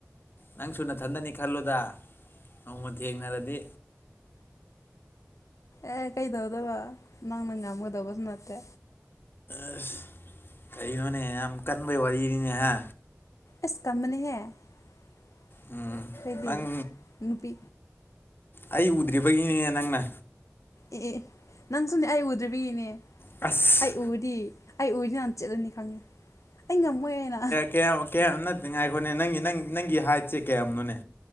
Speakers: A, on the left (about 45°); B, on the left (about 75°).
A: ꯅꯪꯁꯨ ꯅꯥꯊꯟꯗꯅꯤ ꯈꯜꯂꯨꯗ ꯅꯣꯡꯃ ꯊꯦꯡꯅꯔꯗꯤ
B: ꯑꯦ ꯀꯩꯗꯧꯗꯨꯕ ꯅꯪꯅ ꯉꯝꯒꯗꯕꯁꯨ ꯅꯠꯇꯦ
A: ꯑꯁ ꯀꯩꯅꯣꯅꯦ ꯌꯥꯝ ꯀꯟꯕꯩ ꯋꯥꯔꯤꯅꯤꯅꯦ ꯍꯥ
B: ꯑꯁ ꯀꯟꯕꯅꯤꯍꯦ ꯑꯈꯣꯏꯗꯤ
A: ꯎꯝ ꯅꯪ
B: ꯅꯨꯄꯤ
A: ꯑꯩ ꯎꯗ꯭ꯔꯤꯕꯒꯤꯅꯤꯅꯦ ꯅꯪꯅ
B: ꯑꯦ ꯑꯦ ꯅꯪꯁꯨꯅꯦ ꯑꯩ ꯎꯗ꯭ꯔꯤꯕꯒꯤꯅꯦ
A: ꯑꯁ
B: ꯑꯩ ꯎꯔꯗꯤ ꯑꯩ ꯎꯔꯗꯤ ꯅꯪ ꯆꯦꯜꯂꯅꯤ ꯈꯪꯉꯤ ꯑꯩ ꯉꯝꯃꯣꯏ ꯍꯥꯏꯅ
A: ꯀ꯭ꯌꯥꯝ ꯀ꯭ꯌꯥꯝ ꯅꯠꯇꯦ ꯉꯥꯏꯈꯣꯅꯦ ꯅꯪꯒꯤ ꯅꯪ ꯅꯪꯒꯤ ꯍꯥꯏ꯭ꯠꯁꯦ ꯀꯌꯥꯝꯅꯣꯅꯦ